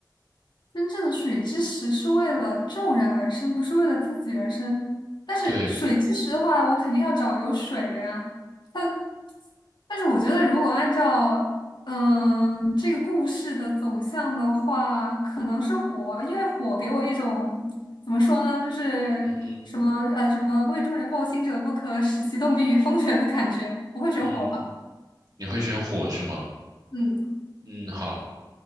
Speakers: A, on the left; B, on the right.
A: 真正的水之石是为了众人而生，不是为了自己而生。但是水之石的话，
B: 对，
A: 我肯定要找有水的呀。它。但是我觉得，如果按照嗯这个故事的走向的话，可能是火，因为火给我一种怎么说呢，就是什么呃什么为众人抱薪者不可，
B: 嗯哼，
A: 使其冻毙于风雪的感觉，不会选火吧。
B: 嗯，你会选火是吗？
A: 嗯，
B: 嗯，好，